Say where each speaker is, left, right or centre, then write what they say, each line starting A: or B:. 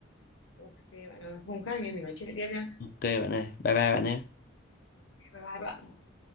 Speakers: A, on the left (about 75°); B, on the left (about 45°).
A: ok bạn ơi hôm khác anh em mình nói chuyện tiếp nhá
B: ok bạn ơi bye bye bạn nhé
A: bye bye bạn